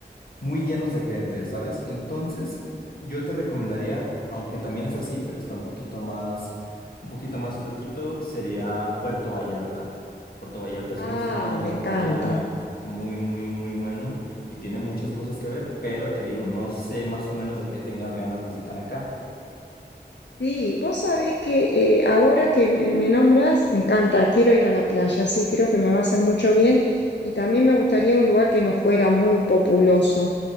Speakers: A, on the left (about 55°); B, on the left (about 75°).
A: muy llenos de gente, ¿sabes? Entonces, yo te recomendaría, aunque también es así, pero está un poquito más, un poquito más flojito, sería Puerto Vallarta. Puerto Vallarta es un
B: Ah,
A: destino
B: me
A: de
B: encanta.
A: playa muy, muy, muy bueno y tiene muchas cosas que ver, pero te digo, no sé más o menos de qué tengas ganas visitar acá.
B: Sí, vos sabés que eh, ahora que me, me nombras, me encanta, quiero ir a la playa, sí, creo que me va a hacer mucho bien y también me gustaría un lugar que no fuera muy populoso.